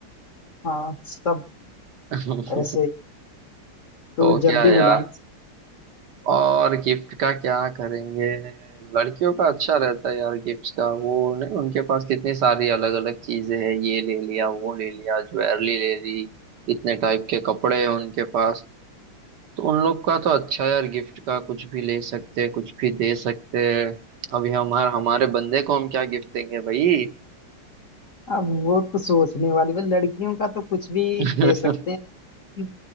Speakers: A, on the left; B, on the right.
A: हाँ सब
B: <laughs>
A: ऐसे तो
B: तो
A: जल्दी
B: क्या यार
A: बुलाएंगे
B: और गिफ्ट का क्या करेंगे लड़कियों का अच्छा रहता है यार गिफ्ट्स का वो नहीं उनके पास कितनी सारी अलग अलग चीजें हैं ये ले लिया वो ले लिया ज्वेलरी ले ली इतने टाइप के कपड़े हैं उनके पास तो उन लोग का तो अच्छा यार गिफ्ट का कुछ भी ले सकते हैं कुछ भी दे सकते हैं अभी हमारे हमारे बंदे को हम क्या गिफ्ट देंगे भाई
A: अब वो तो सोचने वाली बात लड़कियों का तो कुछ भी
B: <laughs>
A: दे सकते हैं